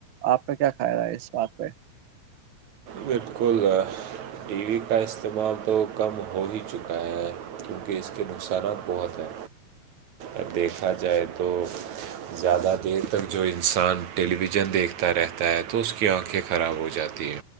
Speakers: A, on the right; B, on the right.
A: آپ کا کیا کھیا رہا ہے اس بات پہ
B: بالکل ٹی وی کا استعمال تو کم ہو ہی چکا ہے کیونکہ اس کے نقصانات بہت ہیں ا دیکھا جائے تو زیادہ دیر تک جو انسان ٹیلی ویژن دیکھتا رہتا ہے تو اس کی آنکھیں خراب ہو جاتی ہے